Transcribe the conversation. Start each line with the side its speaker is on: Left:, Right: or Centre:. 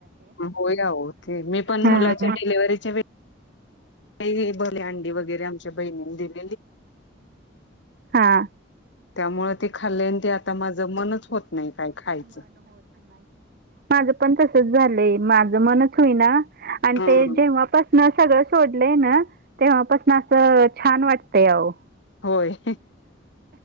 Left: होय आहो, ते मी पण
Right: हा
Left: मुलाच्या डिलेव्हरिच्या वेळी काय नाही. भरले अंडी वगैरे आमच्या बहिणीनी दिली.
Right: हा
Left: त्यामुळे ते खाल्ल आणि ते आता माझं मनच होत नाही काय खायचं.
Right: माझ पण तसच झालंय माझं मनच होईना आणि
Left: हम्म.
Right: ते जेव्हापासू न सगळं सोडलंय ना तेव्हापासन असं छान वाटतय अहो,
Left: होय.